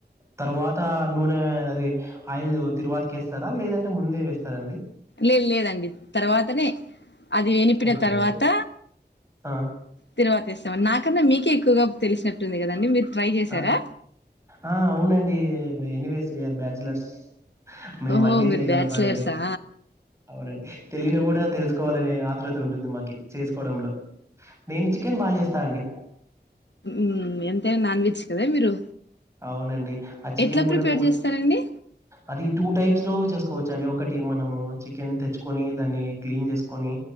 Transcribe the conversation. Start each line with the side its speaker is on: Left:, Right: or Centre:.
Right: తరువాత నూనె అది ఆయిల్ తిరువాత్కేస్తారా లేదంటే ముందే వేస్తారాండి
Left: లేద్ లేదండి తర్వాతనే అది వినిపిన
Right: ఓకే
Left: తర్వాత
Right: ఆ
Left: తిరువాత్ ఇస్ నాకన్న మీకే ఎక్కువగా తెలిసినట్టుంది కదండి మీరు ట్రై చేశారా
Right: అ ఆ అవునండి ఎనీవేస్ విఆర్ బ్యాచలర్స్ మేం
Left: ఓహో
Right: అన్ని
Left: మీరు
Right: చేయగలంమనండి
Left: బ్యాచలర్సా
Right: అవునండి తెలినివ్ కూడా తెలుస్ కోవాలనే ఆతృత ఉంటుంది మాకి చేసుకోవడంలో నేను చికెన్ బాగా చేస్తా అండి
Left: ఉమ్ ఎంతైనా నాన్ వెజ్ కదా మీరు
Right: అవునండి ఆ చికెన్
Left: ఎట్లా
Right: కూడా
Left: ప్రిపేర్
Right: టూ
Left: చేస్తారండి
Right: అది టూ టైప్స్ లో చేస్ కోవచ్చండి ఒకటి మనము చికెన్ తెచ్చుకొని దాన్ని క్లీన్ చేస్కొని